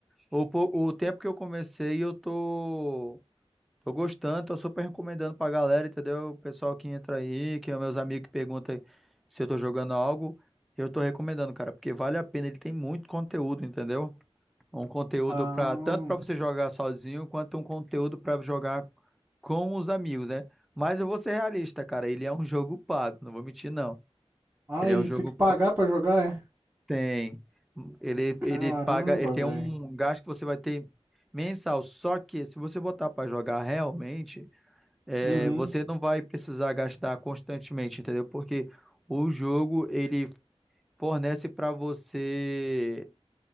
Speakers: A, in the centre; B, on the right (about 20°).
A: o, po- o tempo que eu comecei eu tô, tô gostando, tô super recomendando pra galera, entendeu? O pessoal que entra aí, que é meus amigos que perguntam se eu tô jogando algo, eu tô recomendando, cara, porque vale a pena, ele tem muito conteúdo, entendeu? Um conteúdo
B: Ah,
A: para tanto para você jogar sozinho quanto um conteúdo para jogar com os amigos, né? Mas eu vou ser realista, cara. Ele é um jogo pago, não vou mentir, não.
B: ah,
A: Ele
B: ele
A: é um jogo
B: tem que pagar
A: pa-
B: pra jogar, é?
A: tem ele
B: Caramba,
A: ele paga, ele tem
B: velho.
A: um gasto que você vai ter mensal. Só que se você botar para jogar realmente, é,
B: Uhum.
A: você
B: O
A: não vai precisar gastar constantemente, entendeu? Porque o jogo ele fornece para você